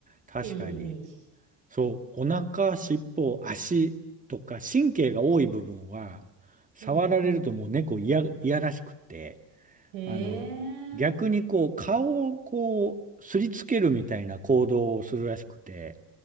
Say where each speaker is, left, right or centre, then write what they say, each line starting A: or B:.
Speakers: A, on the right; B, on the right.
A: 確かに。
B: ていうイメージ。
A: そう、お腹、尻尾、足とか、神経が多い部分は、触られるともう猫いや、
B: うんうん。
A: いやらしくって、
B: へえ。
A: あの、逆にこう、顔をこう、すりつけるみたいな行動をするらしくて、